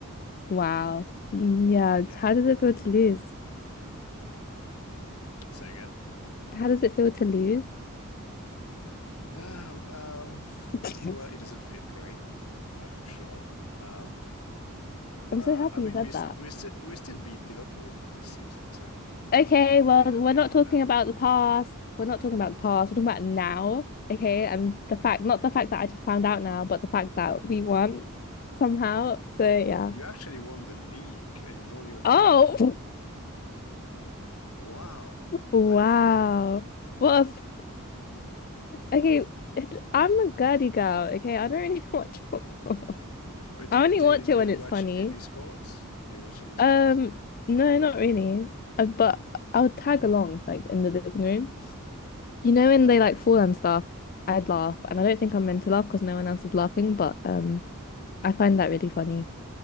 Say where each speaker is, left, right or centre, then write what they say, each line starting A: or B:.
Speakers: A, on the left; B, on the left.
A: Wow. Yeah.
B: Yeah.
A: How does it feel to lose?
B: Say again.
A: How does it feel to lose?
B: Um, um,
A: <laughs>
B: well, it doesn't feel great, that's for sure. Um, but
A: I'm so happy
B: I mean,
A: you said
B: we st
A: that.
B: we still we still beat Liverpool this season, so I f
A: Okay,
B: I'm
A: well,
B: pretty happy
A: we're not
B: about
A: talking
B: that.
A: about the past. We're not talking about the past. We're talking about now. Okay, and the fact, not the fact that I just found out now, but the fact that we won somehow. So yeah.
B: You actually won the league, and you don't even know
A: Oh,
B: about that. Wow,
A: <laughs> wow.
B: what a fan.
A: Well, if- okay, it, I'm a girly girl. Okay, I don't really <laughs> watch football.
B: Wait, do
A: I only
B: do
A: watch
B: do
A: it when
B: you
A: it's
B: watch
A: funny.
B: any sports? Do you watch any sports?
A: Um, no, not really. Uh, but I'll tag along, like in the living room. You know when
B: Okay,
A: they like fall
B: cool.
A: and stuff, I'd laugh, and I don't think I'm meant to laugh because no one else is laughing, but um, I find that really funny.